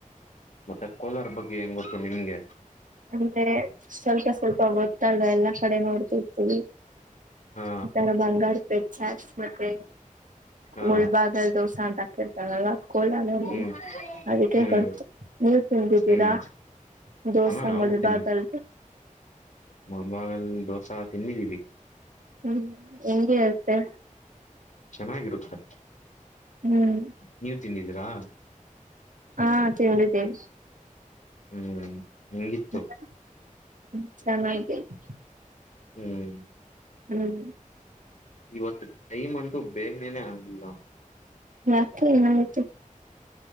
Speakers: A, on the left; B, on the right.
A: ಮತ್ತೆ ಕೋಲಾರ ಬಗ್ಗೆ ಹೆಂಗ ಗೊತ್ತು ನಿಮ್ಗೆ
B: ಅಂದ್ರೆ ಸ್ವಲ್ಪ ಸ್ವಲ್ಪ ಗೊತ್ತು ಎಲ್ಲಾ ಕಡೆ ನೋಡ್ತಿರ್ತಿವಿ
A: ಹಾ
B: ಈತರ ಬಂಗಾರ ಚಾಟ್ಸ್ ಮತ್ತೆ
A: ಹಾ
B: ಮುಳ್ಬಾದಲ್ ದೋಸಾ ಅಂತ ಹಾಕಿಳ್ತಾರಲ್ವಾ. ಕೋಲಾರಲ್ಲಿ
A: ಹ್ಮ್
B: ಅದಕ್ಕೆಗೊತ್ತು
A: ಹ್ಮ್
B: ನೀವು ತಿಂದಿದ್ದೀರಾ
A: ಹ್ಮ್
B: ದೋಸಾ
A: ಹಾ ನಾವು
B: ಮುಳಬಾಗಿಲುದು
A: ತಿಂದಿವಿ ಮುಳಬಾಗಲ್ ದೋಸಾ ತಿನ್ನಿದೀವಿ
B: ಹ್ಮ್ ಹೆಂಗೆ ಇರುತ್ತೆ
A: ಚೆನ್ನಾಗಿರುತ್ತೆ
B: ಹ್ಮ್
A: ನೀವು ತಿಂದಿದ್ದೀರಾ
B: ಹಾ ತಿಂದಿದೀನಿ
A: ಹ್ಮ್ ಹೆಂಗಿತ್ತು
B: ಮತ್ತೆ <unintelligible>
A: ಹ್ಮ್
B: ಹ್ಮ್
A: ಇವತ್ತು ಟೈಮ್ ಅಂಟು ಬೇಗನೆೇನೆ ಆಗ್ತಿಲ್ಲ
B: ಯಾಕೆ ಏನಾಯ್ತು